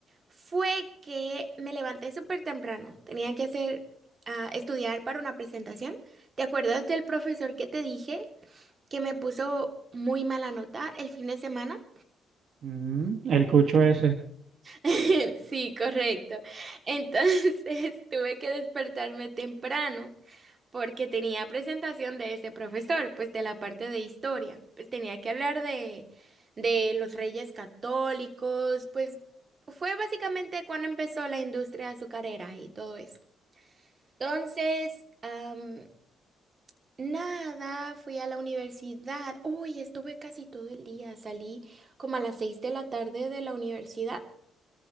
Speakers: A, on the right; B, on the right.
A: fue que me levanté súper temprano, tenía que hacer, ah, estudiar para una presentación. ¿Te acuerdas del profesor que te dije? que me puso muy mala nota el fin de semana.
B: Mm, el cucho ese.
A: <laughs> Sí, correcto. Entonces <laughs> tuve que despertarme temprano porque tenía presentación de ese profesor, pues de la parte de historia. Pues tenía que hablar de, de los reyes católicos, pues fue básicamente cuando empezó la industria azucarera y todo eso. Entonces, am, Nada, fui a la universidad. Uy, estuve casi todo el día. Salí como a las seis de la tarde de la universidad